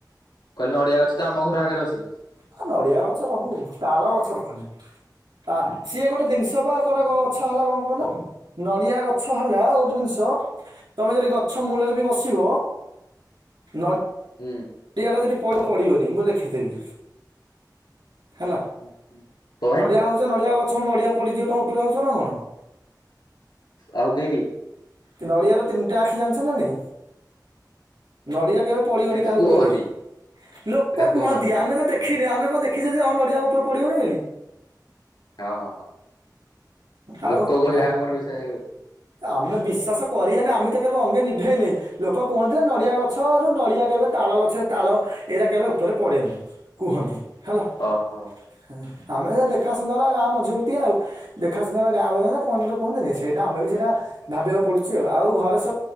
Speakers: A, on the left; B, on the right.
A: କହିଲି ନଡିଆ ଅଛ ତ ଆମ ଘର ଆଗରେ ଅଛି।
B: ଆ ନଡିଆ ଗଛ ରହୁ ତାଳ ଗଛ ରଖନ୍ତିନି। ତା ସିଏ ଗୋଟେ ଜିନିଷ ବା ଗୋଟେ ଗଛ ହେଲା କଣ କହିଲ ନଡିଆ ଗଛ ହେଲା ଗୋ ଟେ, ଜିନିଷ ତମେ ଯଦି ଗଛ ମୂଳରେ ବି ବସିବ, ନଡ଼ିଆ
A: ହୁଁ
B: ଏଇଆଟା ଯଦି ପ ପଡିବନି ମୁଁ ଲେଖିଥେବି ହେଲା
A: ହୁଁ କଣ ପାଇଁ
B: ନଡିଆ ହଉଛ ନଡିଆ ଗଛଣ ନଡିଆ ପଡିଯିବ ତମ ଉପରେ ଭାବୁଛ, ନା କଣ?
A: ଆଉ କେମିତି
B: କି ନଡ଼ିଆର ତିନିଟା ଆଖି ଜାଣିଛ ନା ନାଇ। ନଡିଆ କେବେ ପଡିବନି
A: ଏଟା
B: କାହା
A: କୁହନ୍ତି
B: ଉପରେ ଲୋକ
A: ଏଟା
B: କୁହନ୍ତି,
A: ଖାଲି
B: ଆମେ ତ ଦେଖିନେ ଆମେ ଆପଣ ଦେଖିେ ଯେ ହଁ ନଡ଼ିଆ ଉପରେ ପଡ଼ିବନି ବୋଲି
A: ହଁ
B: ଆଉ
A: ଲୋକ କହିଲେ ଆମ କଣ ବିଶ୍ୱାସ କରିବ
B: ଆମେ ବିଶ୍ଵାସ କରିଆନି ଆମେ ତ କେବେ ଅଙ୍ଗେ ନିଭେଇନେ ଲୋକ କୁହନ୍ତି, ନଡିଆ ଗଛରୁ ନଡିଆ କେବେ ତା ଳ ଗଛରେ ତାଳ ଏଇଟା କେବେ ଉପରେ ପଡ଼େନି କୁହନ୍ତି ହେଲା
A: ଓହୋ।
B: ହଁ। ଆମେ ସେ ଦେଖା ସୁନ୍ଦର ଗାଁ ମଜଭୁତି ଆଉ ଦେଖା ସୁନ୍ଦର ଗାଁର ଜ କଣ ଗୋଟେ କୁହନ୍ତିନି ସେଇଟା ଆମେ ସେଟା ଭାବିବାକୁ ପଡୁଛି ଆଉ ଆଉ ଘରେ ସ